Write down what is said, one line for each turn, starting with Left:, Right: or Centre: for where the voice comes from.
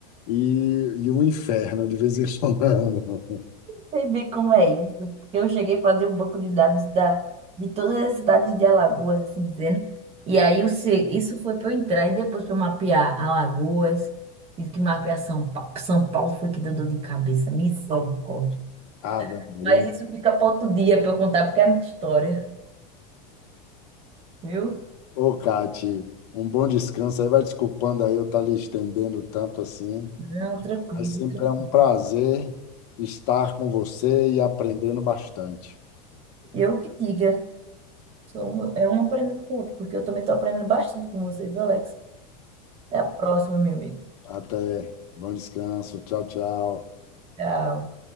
Left: e, e um inferno de vez em quando.
Right: Sei bem como é isso. Eu cheguei a fazer um banco de dados da, de todas as cidades de Alagoas, assim dizendo. E aí o se- isso foi para eu entrar e depois para eu mapear Alagoas. Tive que mapear São Paulo. São Paulo foi que deu dor de cabeça. Misericórdia.
Left: <laughs> Ave Maria.
Right: Mas isso fica para outro dia para eu contar, porque é muita história, viu?
Left: Ô, Cati, um bom descanso aí. Vai desculpando aí eu estar lhe estendendo tanto assim,
Right: Não, tranquilo,
Left: mas sempre
Right: tranquilo.
Left: é um prazer estar com você e aprendendo bastante.
Right: Eu que diga. Sou um- é um aprendendo com o outro, porque eu também estou aprendendo bastante com você, viu, Alex? Até a próxima, meu amigo.
Left: Até. Bom descanso. Tchau, tchau.
Right: Tchau.